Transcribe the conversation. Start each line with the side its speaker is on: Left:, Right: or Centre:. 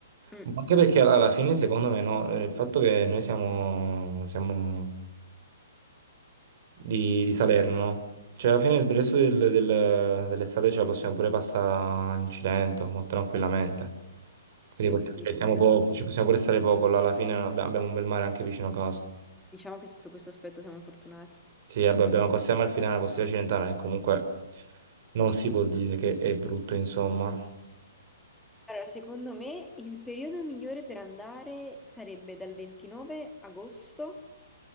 Centre: Mm,
Right: Ma Anche perché alla alla fine, secondo me, no, eh, il fatto che noi siamo, siamo di, di Salerno, no? Cioè, alla fine il resto del- del- dell'estate ce la possiamo pure passare in Cilento, molto tranquillamente.
Centre: Sì,
Right: Quindi possiamo-
Centre: sì,
Right: cioè,
Centre: è
Right: siamo
Centre: vero.
Right: poco, ci possiamo pure stare poco, là alla fine non abbiamo, abbiamo un bel mare anche vicino a casa.
Centre: Diciamo che sotto questo aspetto siamo fortunati.
Right: Sì, vabbè, abbiamo la costiera amalfitana, la costiera cilentana, che comunque non si può dire che è brutto, insomma.
Centre: Allora, secondo me il periodo migliore per andare sarebbe dal 29 agosto